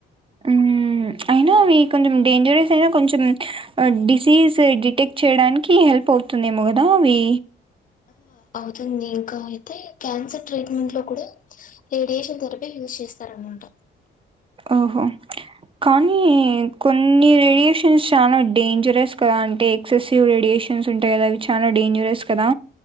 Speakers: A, on the right; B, on the left.
A: ఉమ్ అయినా అవి కొంచెం డేంజరస్ అయినా కొంచెం డిసీజ్ డిటెక్ట్ చేయడానికి హెల్ప్ అవు తుంది ఏమో గదా అవి
B: ఆ, అవుతుంది ఇంకా అయితే క్యాన్సర్ ట్రీట్మెంట్ లో కూడా రేడియేషన్ థెరపీ యూజ్ చేస్తారనమాట
A: ఓహో కానీ కొన్ని రేడియేషన్స్ చాలా డేంజరస్ కదా అంటే ఎక్సెసివ్ రేడియే షన్స్ ఉంటాయి కదా అవి చాలా డేంజరస్ కదా